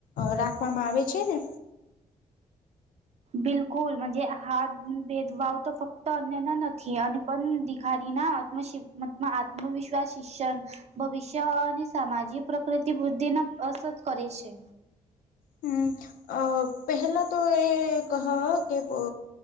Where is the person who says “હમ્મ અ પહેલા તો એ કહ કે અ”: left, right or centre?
Left